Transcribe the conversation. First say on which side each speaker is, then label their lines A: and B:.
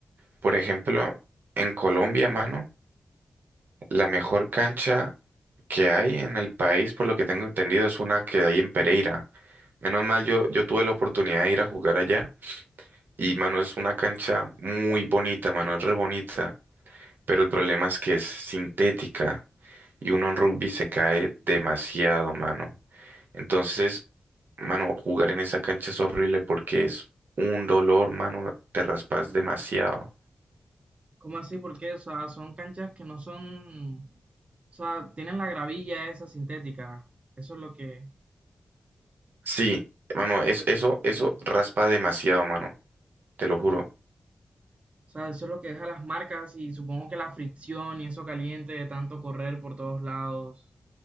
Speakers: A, on the right (about 70°); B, on the right (about 35°).
A: por ejemplo, en Colombia, mano, la mejor cancha que hay en el país, por lo que tengo entendido, es una que hay en Pereira. Menos mal, yo, yo tuve la oportunidad de ir a jugar allá y, mano, es una cancha muy bonita, mano, es re bonita. pero el problema es que es sintética y uno en rugby se cae demasiado, mano. Entonces, mano, jugar en esa cancha es horrible porque es un dolor, mano, te raspas demasiado.
B: ¿Cómo así? Porque, o sea, son canchas que no son, o sea, tienen la gravilla esa sintética. Eso es lo que,
A: Sí, mano, es, eso,
B: o
A: eso raspa demasiado, mano, te lo juro.
B: sea, eso es lo que deja las marcas y supongo que la fricción y eso caliente de tanto correr por todos lados